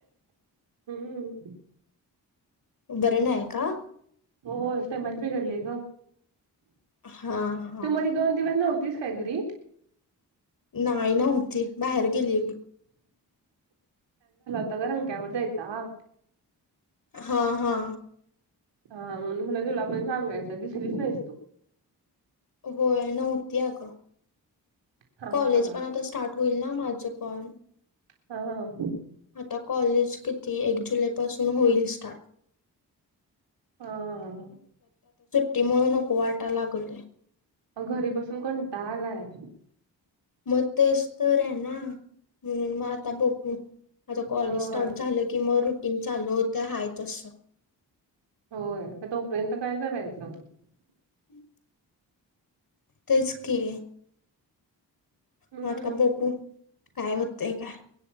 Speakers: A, on the right; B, on the left.
A: हम्म
B: बरं नाही का?
A: हो तब्येत बिघडली ग
B: हा हा
A: तू मध्ये दोन दिवस नव्ह तीस काय घरी
B: नाही नव्हती बाहेर गेलेली.
A: आता रंक्या वर जायचा
B: हा हा.
A: हा म्हणून मला तुला पण सांगायच दिसलीच नाहीस तू
B: होय नव्हती अगं
A: हा
B: कॉलेज
A: हा
B: पण आता स्टार्ट होईल ना माझ पण
A: हा हा
B: आता कॉलेज ती एक जुलैपासून होईल स्टार्ट
A: हा.
B: ती मूळ नको वाटाय लागलय.
A: अ घरी बसून कंटाळा आलाय.
B: मग तेच तर आहे ना म्हणून मग आता बघू आता कॉलेज
A: होय
B: स्टार्ट झालं की मग रुटीन चालू होतं हाय तसं
A: होय आता तो पर्यंत काय करायचं?
B: <inaudible> तेच की
A: हम्म
B: म आता बघू काय होतय काय